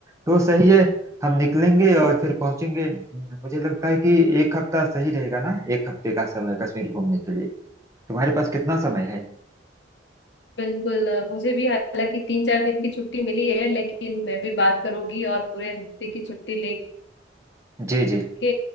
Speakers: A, on the right (about 15°); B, on the left (about 70°).
A: तो सही है हम निकलेंगे और फिर पहुंचेंगे मुझे लगता है कि एक हफ्ता सही रहेगा ना एक हफ्ते का समय कश्मीर घूमने के लिए तुम्हारे पास कितना समय है
B: बिल्कुल अ, मुझे भी हालांकि तीन चार दिन की छुट्टी मिली है लेकिन मैं भी बात करूंगी और पूरे हफ्ते की छुट्टी ले
A: जी जी
B: के